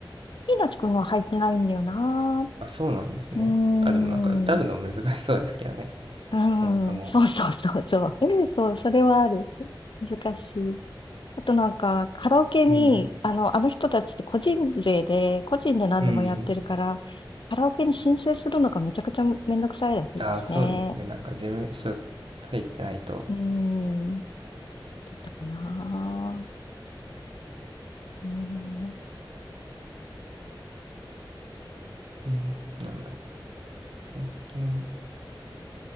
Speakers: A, on the left (about 70°); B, on the right (about 85°).
A: ピーナッツくんのは入ってないんだよな。
B: あ、そうなんですね。
A: うーん。
B: あ、でもなんか歌うの難しそうですけどね、
A: うん。
B: そもそも。
A: そうそうそうそう。<laughs> そう、それはある。難しい。あとなんか、カラオケに、
B: うん。
A: あの、あの人たちって個人税で、個人で何でもやってるから、
B: うん。
A: カラオケに申請するのがめちゃくちゃめんどくさいらしいですね。
B: あそうですね。なんか事務所入ってないと、
A: うーん、だったかな。うーん。
B: うん、なんだろう。最近、